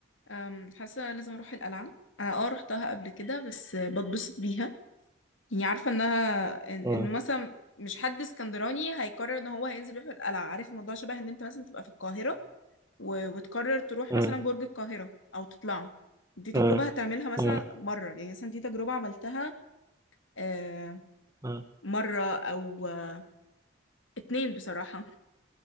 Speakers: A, on the left (about 75°); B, on the right (about 15°).
A: أم، حاسة لازم اروح القلعة انا اه رحتها قبل كده بس بتبسط بيها يعني عارفة انها إن-
B: مم.
A: انه مثلا مش حد اسكندراني هيقرر ان هو هينزل يروح القلعة عارف الموضوع شبه ان انت مثلا تبقى في القاهرة و- وتقرر تروح
B: مم.
A: مثلا برج القاهرة أو تطلعه دي تجربة
B: مم.
A: هتعملها مثلا
B: مم.
A: مرة يعني مثلا دي تجربة عملتها آه،
B: مم.
A: مرة أو آه، اتنين بصراحة